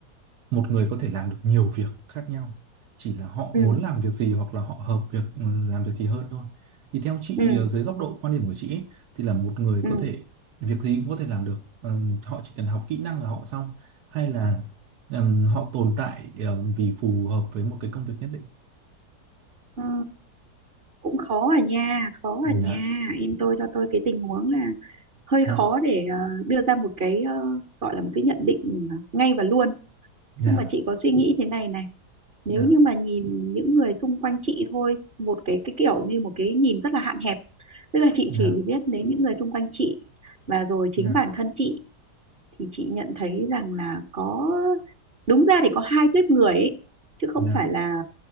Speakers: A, on the right; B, on the right.
A: một người có thể làm được nhiều việc khác nhau chỉ là họ
B: ừ
A: muốn làm việc gì hoặc là họ hợp việc ừm, làm việc gì hơn thôi thì theo chị
B: ừ
A: ờ, dưới góc độ quan điểm của chị ấy, thì là một người
B: ừ
A: có thể việc gì cũng có thể làm được Ừm, họ chỉ cần học kỹ năng là họ xong hay là ừm, họ tồn tại ừm, vì phù hợp với một cái công việc nhất định
B: Ờ, cũng khó à nha khó
A: dạ
B: à nha em tôi cho tôi cái tình huống là hơi
A: dạ
B: khó để ờ, đưa ra một cái ờ, gọi là một cái nhận định ngay và luôn
A: dạ
B: nhưng mà chị có suy nghĩ thế này này nếu
A: dạ
B: như mà nhìn những người xung quanh chị thôi một cái cái kiểu như một cái nhìn rất là hạn hẹp tức là chị
A: dạ
B: chỉ biết đến những người xung quanh chị và rồi chính
A: dạ
B: bản thân chị thì chị nhận thấy rằng là có đúng ra thì có hai tuýp người ấy chứ không
A: dạ
B: phải là